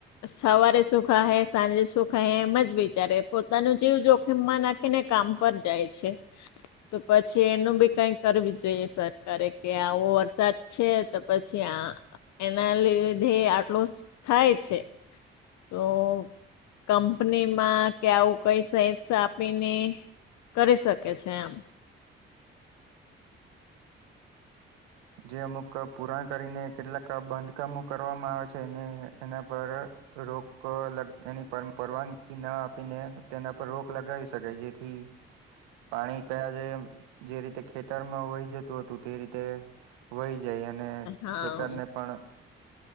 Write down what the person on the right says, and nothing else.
જે અમુક પૂરાણ કરીને કેટલાક બાંધકામો કરવામાં આવે છે એને એના પર રોક એની પરવાનગી ના આપીને તેના પર રોક લગાવી શકાય જેથી પાણી પહેલાં જે જે રીતે ખેતરમાં વહી જતું હતું તે રીતે વહી જાય અને
ખેતરને પણ